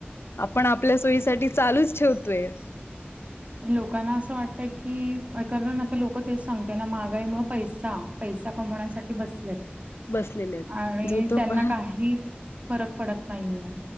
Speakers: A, on the left; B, on the right.
A: आपण आपल्या सोयीसाठी चालूच ठेवतोय
B: लोकांना असं वाटतय की करण ना तर लोक तेच सांगते ना महागाई मग पैसा पैसा कमवण्यासाठी बसलेत
A: बसलेले आहेत
B: आणि
A: जो तो
B: त्यांना
A: प
B: काही फरक पडत नाहीये.